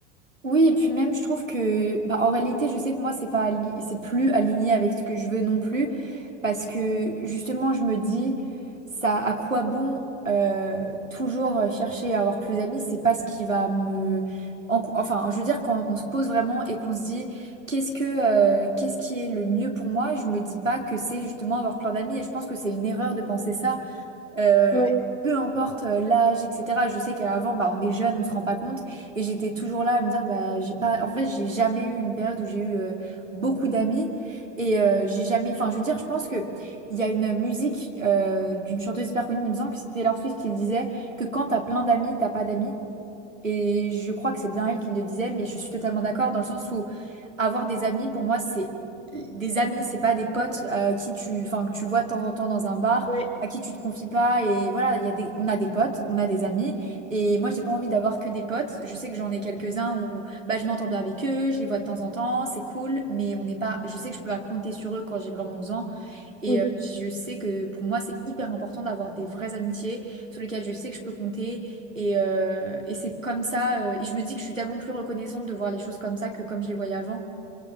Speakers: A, on the right; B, on the left.
A: Oui, et puis même, je trouve que, bah, en réalité, je sais que moi, c'est pas, ali- c'est plus aligné avec ce que je veux non plus, parce que justement, je me dis, ça, à quoi bon euh, toujours chercher à avoir plus d'amis, c'est pas ce qui va me, en- enfin, je veux dire, quand on se pose vraiment et qu'on se dit, qu'est-ce que, euh, qu'est-ce qui est le mieux pour moi, je me dis pas que c'est justement avoir plein d'amis, et je pense que c'est une erreur de penser ça. Euh,
B: Ouais,
A: peu importe euh, l'âge, etc. Je sais qu'avant, bah, on est jeune, on se rend pas compte. Et j'étais toujours là à me dire, bah, j'ai pas... En vrai, j'ai jamais eu une période où j'ai eu euh, beaucoup d'amis. Et euh, j'ai jamais... Enfin, je veux dire, je pense que il y a une musique euh, d'une chanteuse hyper connue, il me semble que c'était Taylor Swift qui le disait, que quand t'as plein d'amis, t'as pas d'amis. Et je crois que c'est bien elle qui le disait, mais je suis totalement d'accord dans le sens où avoir des amis, pour moi, c'est des amis, c'est pas des potes euh, qui tu, enfin, que tu vois de temps en temps dans un bar,
B: ouais.
A: à qui tu te confies pas. Et voilà, il y a des, on a des potes, on a des amis. Et moi, j'ai pas envie d'avoir que des potes. Je sais que j'en ai quelques-uns où bah, je m'entends bien avec eux, je les vois de temps en temps, c'est cool, mais on n'est pas, je sais que je peux pas compter sur eux quand j'ai vraiment besoin. Et
B: Oui.
A: euh, je sais que pour moi, c'est hyper important d'avoir des vraies amitiés sur lesquelles je sais que je peux compter. Et, euh, et c'est comme ça. euh, et je me dis que je suis tellement plus reconnaissante de voir les choses comme ça que comme je les voyais avant.